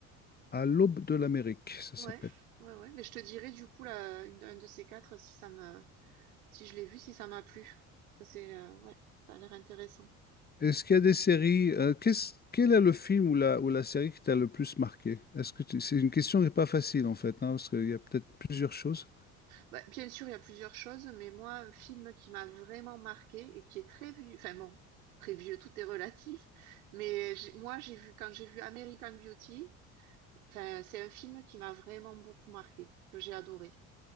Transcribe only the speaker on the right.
Ouais.
Ouais ouais. Mais je te dirai du coup là une- un de ces quatre si ça me si je l'ai vu, si ça m'a plu. Ça, c'est, euh, ouais, ça a l'air intéressant.
Bah, bien sûr, il y a plusieurs choses, mais moi, un film qui m'a vraiment marqué et qui est très vieux, enfin bon, très vieux, tout est relatif, mais j'ai- moi, j'ai vu, quand j'ai vu American Beauty, enfin, c'est un film qui m'a vraiment beaucoup marqué, que j'ai adoré.